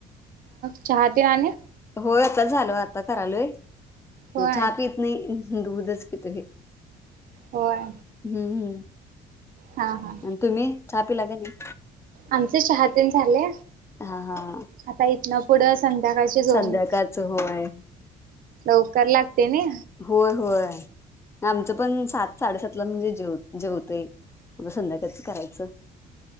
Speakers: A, on the right; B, on the left.
A: चहते ना
B: हो आता झाल आता करालय
A: होय
B: छापी इत नाही दूदच किितु हे
A: होय
B: हम्म हम्
A: हा हा
B: आणि तुम्ही छापीलाग नाही
A: आमचे चहा दिन झाले
B: हा हा
A: आता इथन पुढं संध्याकाळची जोडणी
B: संध्याकाळचं होय
A: लवकर लागते ना
B: होय होय आमच पण सात साडेसात ला म्हणजे ेव जेवते त संध्याकाच करायचं